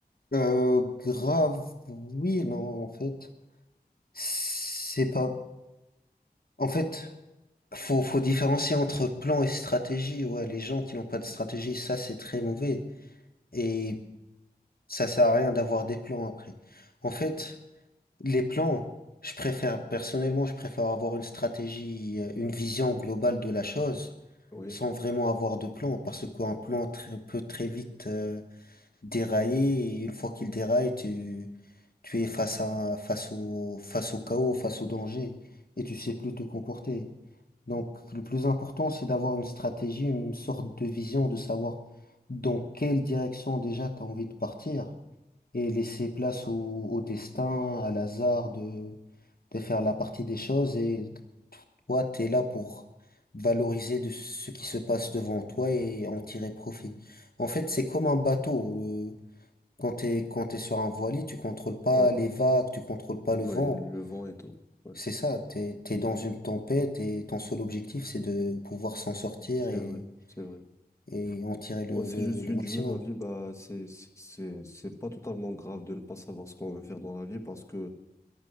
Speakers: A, on the left; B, on the left.
A: Euh, grave, oui, non, en fait, c'est pas. En fait, faut faut différencier entre plan et stratégie. Ouais, les gens qui n'ont pas de stratégie, ça c'est très mauvais. Et Ça sert à rien d'avoir des plans après. En fait, les plans, je préfère, personnellement, je préfère avoir une stratégie, euh, une vision globale de la chose,
B: Oui,
A: sans vraiment avoir de plan, parce qu'un plan tr- peut très vite euh, dérailler, et une fois qu'il déraille, tu, tu es face à, face au, face au chaos, face au danger, et tu sais plus te comporter. Donc, le plus important, c'est d'avoir une stratégie, une sorte de vision, de savoir dans quelle direction déjà tu as envie de partir et laisser place au, au destin, à l'hasard de, de faire la partie des choses. Et toi, tu es là pour valoriser de ce qui se passe devant toi et en tirer profit. En fait, c'est comme un bateau. Le, quand t'es, quand t'es sur un voilier, tu contrôles pas
B: oui,
A: les vagues, tu contrôles
B: <laughs>
A: pas
B: oui,
A: le vent.
B: le vent et tout. Ouais,
A: C'est ça, t'es, t'es dans une tempête et ton seul objectif, c'est de pouvoir s'en sortir
B: c'est
A: et,
B: vrai, c'est vrai.
A: et en tirer le,
B: Moi, si
A: le,
B: je suis
A: le maximum.
B: du même avis, bah, c'est, c'est, c'est c'est pas totalement grave de ne pas savoir ce qu'on veut faire dans la vie parce que